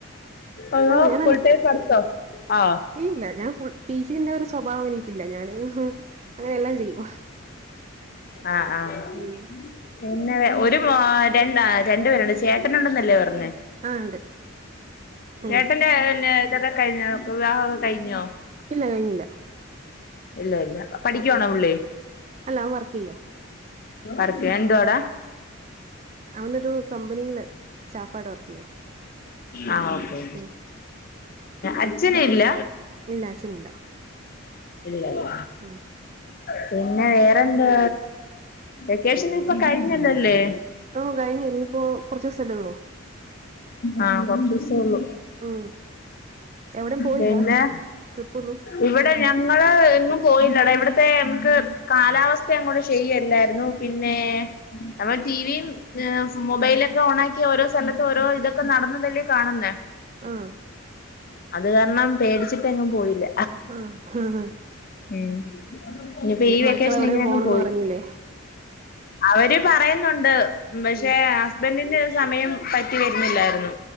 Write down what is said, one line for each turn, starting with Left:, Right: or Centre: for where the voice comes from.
Left: അതോ
Right: ഓ ഞാനല്ല
Left: ഫുൾ ടൈം പഠിത്തോ ആഹ്
Right: ഇല്ല ഞാൻ ഫുൾ പി സിന്റെ ഒരു സ്വഭാവം എനിക്കില്ല ഞാനങ്ങു അങ്ങനെ എല്ലാം ചെയ്യും
Left: ആഹ് ആഹ്
Right: ഉം
Left: പിന്നെ ഒരു ര രണ്ട് പേരുണ്ട് ചേട്ടനുണ്ടെന്നല്ലേ പറഞ്ഞേ
Right: ആ ഉണ്ട് ഉം
Left: ചേട്ടന്റെ പിന്നെ ഇതൊക്കെ കഴിഞ്ഞോ വിവാഹമൊക്കെ കഴിഞ്ഞോ
Right: ഇല്ല കഴിഞ്ഞില്ല
Left: ഇല്ല ഇല്ല പഠിക്കുവാണോ
Right: ഉം ഉം ക്കെ
Left: പുള്ളി
Right: അല്ല അവൻ വർക്ക് ചെയ്യുവാ
Left: വർക്ക് എന്താവാടെ
Right: അവനൊരു കമ്പനിയില് സ്റ്റാഫായിട്ട് വർക്ക് ചെയ്യാ
Left: ആഹ് ഓകെ
Right: ഉം
Left: അച്ഛന് ഇല്ല
Right: ഇല്ല അച്ഛനില്ല
Left: ഇല്ല ഇല്ല
Right: മ്മ്
Left: പിന്നെ വേറെന്താ വെക്കേഷൻ ഇപ്പോ കഴിഞ്ഞല്ലോല്ലേ
Right: ഓഹ് കഴിഞ്ഞ് ഇഞ്ഞ്പ്പോ കാെർച്ച്സല്ലേ ഒള്ളു
Left: ആഹ് കൊർച്ചൂസെ ഒള്ളു
Right: ഉം എവിടെയും പോയില്ല
Left: പിന്നെ
Right: ട്രിപ്പൊന്നും
Left: ഇവ്ടെ ഞങ്ങെള് എങ്ങും പോയില്ലെടാ ഇവിട്ത്തെ ഞമ്മെക്ക് കാലാവസ്ഥയങ്ങോട്ട് ശെരിയല്ലായ്ര്ന്നു പിന്നേ അപ്പ ടീവിയും മൊബൈലാെക്കെ ഓണാക്കി ഓരോ സ്ഥലത്ത് ഓരോ ഇതൊക്കെ നടെന്നതല്ലേ കാണ്ന്നേ
Right: ആ
Left: അത് കാര്ണം പേടിച്ചിട്ടെങ്ങും പോയില്ല
Right: ആഹ് ഹാ ഹാ
Left: ഉം ഇനിപ്പ ഈ വെക്കേഷെനിങ്ങെനെ
Right: മക്കള് എവിടെയും
Left: അങ്ങ്
Right: പോണംന്ന്
Left: പോയി
Right: പറഞ്ഞില്ലേ
Left: അവെര് പറയുന്നുണ്ട് ഭഷേ
Right: ഉം
Left: ബെന്റിന്റെ സമയം പറ്റി വെര്ന്നില്ലായ്ര്ന്നു